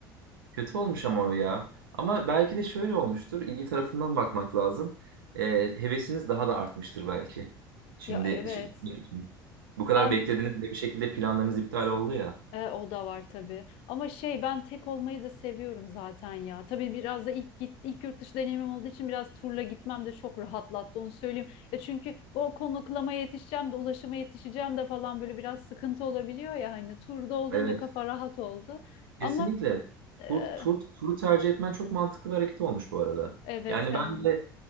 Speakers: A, on the right; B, on the left.
A: Kötü olmuş ama o ya. Ama belki de şöyle olmuştur. İyi tarafından bakmak lazım. Ee, hevesiniz daha da artmıştır belki.
B: <laughs>
A: Şimdi
B: Ya evet
A: dışarı gitmek için. <laughs> Bu kadar
B: Ben
A: beklediniz ve bir şekilde planlarınız iptal oldu ya.
B: e, o da var tabii. Ama şey ben tek olmayı da seviyorum zaten ya. Tabii biraz da ilk git ilk yurt dışı deneyimim olduğu için biraz turla gitmem de çok rahatlattı onu söyleyeyim. Ya çünkü o konaklamaya yetişeceğim de ulaşıma yetişeceğim de falan böyle biraz sıkıntı olabiliyor ya hani turda olunca
A: Evet.
B: kafa rahat oldu.
A: Kesinlikle.
B: Ama e,
A: Tur, tur, turu tercih etmen çok mantıklı bir hareket olmuş bu arada.
B: evet
A: Yani
B: yani.
A: ben de